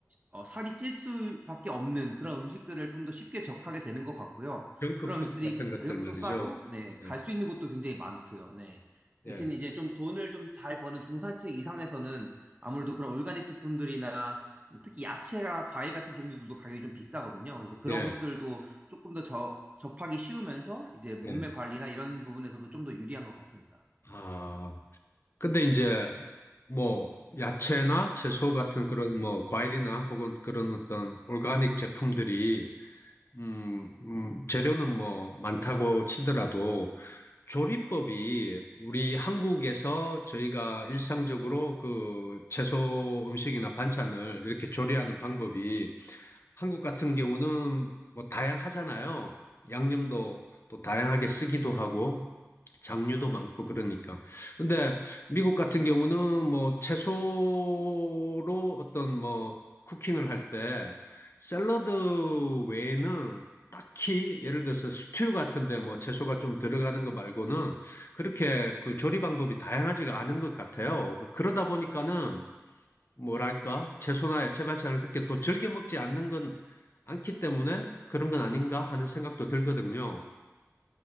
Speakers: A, on the right; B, on the left.
A: 어, 살이 찔 수밖에 없는 그런 음식들을 좀 더 쉽게 접하게 되는 것 같고요.
B: 정크푸드
A: 그런 음식들이
B: 같은 것들
A: 가격도
B: 말이죠.
A: 싸고, 네, 갈
B: 예,
A: 수 있는 곳도 굉장히 많고요. 네.
B: 예,
A: 대신 이제 좀 돈을 좀 잘 버는 중산층 이상에서는 아무래도 그런 올가닉 제품들이나 뭐 특히 야채나 과일 같은 종류들도 가격이 좀 비싸거든요. 그래서 그런
B: 예.
A: 것들도 조금 더 저, 접하기 쉬우면서 이제 몸매
B: 예.
A: 관리나 이런 부분에서도 좀 더 유리한 것 같습니다.
B: 아, 근데 이제 뭐 야채나 채소 같은 그런 뭐 과일이나 혹은 그런 어떤 오가닉 제품들이 음, 음, 재료는 뭐 많다고 치더라도 조리법이 우리 한국에서 저희가 일상적으로 그 채소 음식이나 반찬을 이렇게 조리하는 방법이 한국 같은 경우는 뭐 다양하잖아요. 양념도 또 다양하게 쓰기도 하고 장류도
A: 네.
B: 많고 그러니까. 근데 미국 같은 경우는 뭐 채소로 어떤 뭐 쿠킹을 할 때 샐러드 외에는 딱히 예를 들어서 스튜 같은데 뭐 채소가 좀 들어가는 거 말고는 그렇게 그 조리 방법이 다양하지가 않은 것 같아요. 그러다 보니까는 뭐랄까 채소나 야채 반찬을 그렇게 또 즐겨 먹지 않는 건 않기 때문에 그런 건 아닌가 하는 생각도 들거든요.